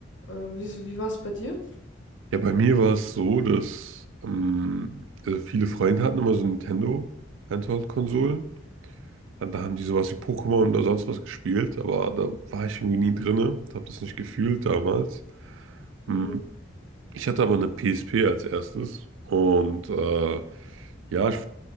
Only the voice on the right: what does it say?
Ja, bei mir war es so, dass ähm, also viele Freunde hatten immer so Nintendo Handheld-Konsolen. Und Da haben die sowas wie Pokémon oder sonst was gespielt, aber da war ich irgendwie nie drinne, habe das nicht gefühlt damals. Mhm.
Ich hatte aber eine PSP als erstes und äh, ja, ich,